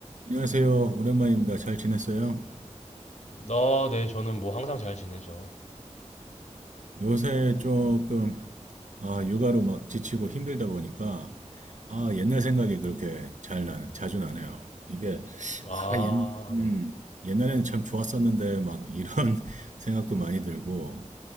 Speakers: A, on the right (about 80°); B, on the left (about 60°).
A: 안녕하세요. 오랜만입니다. 잘 지냈어요?
B: 아, 네, 저는 뭐 항상 잘 지내죠.
A: 요새 조금 아, 육아로 막 지치고 힘들다 보니까 아, 옛날 생각이 그렇게 잘 나, 자주 나네요. 이게
B: 아,
A: 아, 옛, 음,
B: 네.
A: 옛날에는 참 좋았었는데 막 이런 <laughs> 생각도 많이 들고